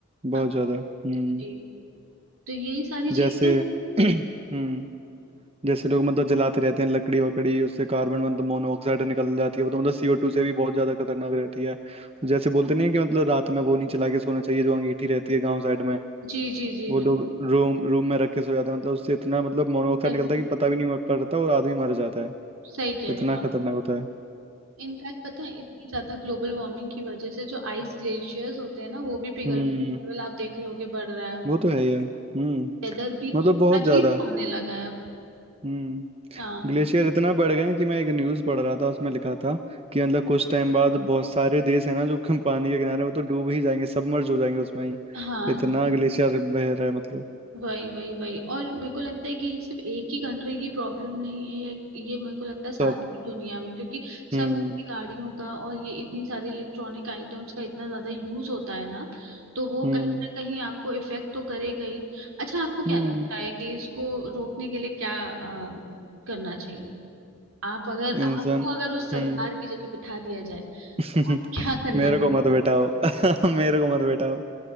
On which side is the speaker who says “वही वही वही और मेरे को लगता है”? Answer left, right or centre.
Right